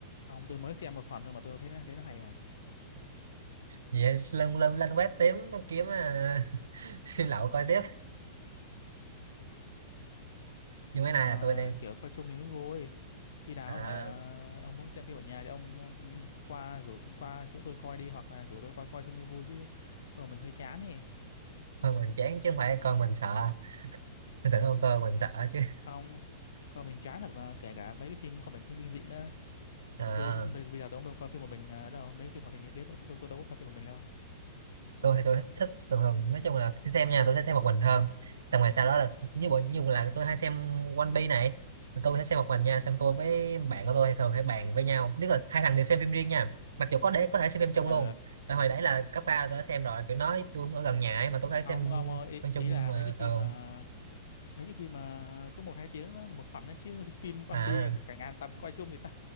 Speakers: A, on the left; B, on the right.
A: không tôi mới xem một phần thôi mà tôi thấy nó thấy nó hay rồi
B: vậy lên lên lên web tím kiếm à, <laughs> phim lậu coi tiếp nhưng
A: nhưng
B: cái này
A: mà
B: là tôi đang
A: kiểu coi chung thì mới vui khi nào
B: à,
A: hả ông muốn xem phim ở nhà thì ông qua rủ tôi- qua chỗ tôi coi đi hoặc là rủ tôi qua coi cho mới vui chứ còn mình hơi chán thì
B: thôi mình chán chứ không phải con mình sợ tôi tưởng con coi mình sợ chứ
A: không còn mình chán thật mà kể cả mấy cái phim không phải phim kinh dị nữa
B: à,
A: tôi cũng bây giờ tôi cũng đâu coi phim một mình ờ, đâu mấy cái phim hoạt hình như thế tôi, tôi tôi đâu có coi phim một mình đâu
B: tôi thì tôi thích thích thường thường nói chung là khi xem nha tôi sẽ xem một mình hơn xong rồi sau đó là như bộ như là tôi hay xem One Piece này tôi sẽ xem một mình nha xong tôi với bạn của tôi thường hay bàn với nhau tức là hai thằng đều xem phim riêng nha mặc dù có để có thể xem phim chung
A: ờ
B: luôn tại hồi đấy là cấp ba tôi đã xem rồi kiểu nói tôi cũng ở gần nhà ấy mà tôi có thể xem
A: không ông ơi, ý,
B: phim chung
A: ý
B: nhưng
A: là
B: mà
A: mấy cái phim
B: ờ
A: mà mấy cái phim mà có một hai tiếng nó là một phần đó chứ <laughs> phim One
B: à
A: Piece cả, cả ngàn tập coi chung thì sao